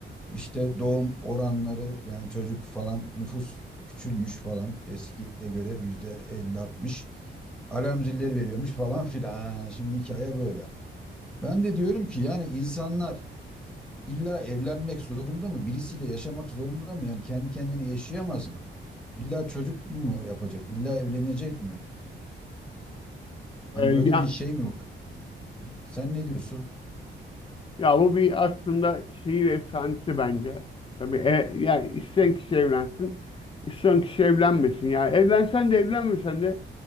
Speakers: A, in the centre; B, on the left.
A: İşte doğum oranları yani çocuk falan nüfus küçülmüş falan eskiye göre yüzde 50-60 alarm zilleri veriyormuş falan filan. Ha, Şimdi hikaye böyle. Ben de diyorum ki yani insanlar illa evlenmek zorunda mı? Birisiyle yaşamak zorunda mı? Yani kendi kendini yaşayamaz mı? İlla çocuk mu yapacak? İlla evlenecek mi?
B: Ee,
A: Hani böyle
B: ya
A: bir şey mi var? yani? Sen ne diyorsun?
B: ya bu bir aslında şehir efsanesi bence. Tabii e, yani isteyen kişi evlensin, isteyen kişi evlenmesin. Yani evlensen de evlenmesen de